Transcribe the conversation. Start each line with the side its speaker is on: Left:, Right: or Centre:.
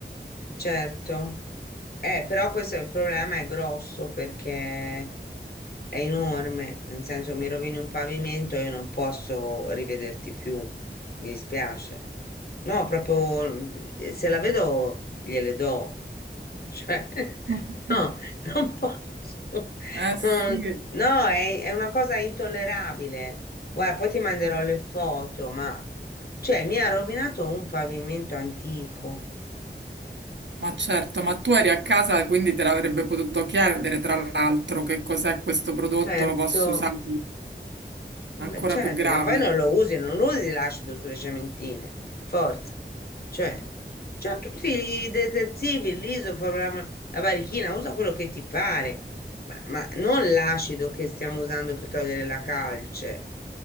Left: certo. Eh, però questo è il problema, è grosso perché è enorme, nel senso mi rovini un pavimento e io non posso rivederti più, mi dispiace. No, proprio mm, se la vedo gliele do, Cioè, <laughs>
Right: <laughs>
Left: no, non posso.
Right: Eh sì.
Left: Non- no, è, è una cosa intollerabile. Guarda, poi ti manderò le foto, ma cioè, mi ha rovinato un pavimento antico.
Right: Ma certo, ma tu eri a casa, quindi te l'avrebbe potuto chiedere, tra l'altro, che cos'è questo prodotto,
Left: Certo,
Right: lo posso usare?
Left: vabbè,
Right: Ancora
Left: certo,
Right: più grave.
Left: ma poi non lo usi, non usi l'acido sulle cementine. Forza. Cioè, c'ha tutti i detersivi, l'isoforo, la, la varichina, usa quello che ti pare, ma, ma non l'acido che stiamo usando per togliere la calce.